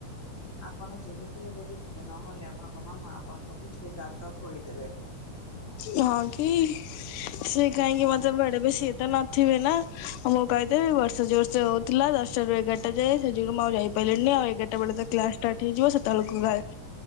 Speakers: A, on the left; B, on the left.
A: ଆପଣ ଯେମିତି ହେଲେ ବି ଯିବେ ନହେଲେ ଆପଣଙ୍କ ମାମା ଆପଣଙ୍କ ପିଠିରେ ଗାତ ଖୋଳିଦେବେ।
B: ହଁ କି ସେ କାହିଁକି
A: ହଁ।
B: ମତେ ବେଡେ ବ ସିଏ ତ ନଥିବେ ନା ହଁ ମୁଁ କହିଦେବି ବର୍ଷେ ହଉଥିଲା ଦଶଟାରୁ ଏଗାରଟା ଯାଏ ସେ ଯୁଗୁ ମୁଁ ଆଉ ଯାଇପାରିଲିନି ଆଉ ଗାର୍ଟା ବେଳେ ତ କ୍ଲାସ ଷ୍ଟାର୍ଟ ହେଇଯିବ ସେତେବେଳକୁ ଗାଏ